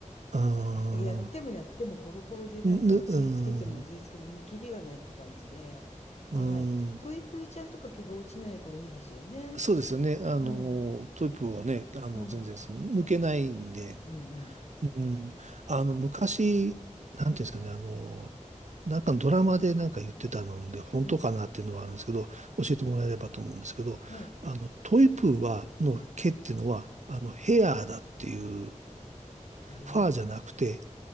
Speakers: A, on the right (about 65°); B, on the left (about 55°).
A: ああ、
B: <laughs> やってもやってもコロコロでなんか吸い付けても吸い付けてももうキリがないって感じではいトイプーちゃんとか毛が落ちないからいいですよね
A: ぬ、うん、うん、そうですよね。あの、
B: うん
A: トイプーはね、あの、
B: うん
A: 全然その抜けないんで、
B: うんうん
A: うん、あの、昔、なんていうんですかね、あの、なんかのドラマでなんか言ってたので、本当かなっていうのはあるんですけど、
B: うん
A: 教えてもらえればと思うんですけど、
B: はい
A: あの、トイプーは、の毛っていうのは、
B: うん
A: あの、
B: うん
A: ヘアーだっていう、
B: ええー、
A: ファーじゃなくて、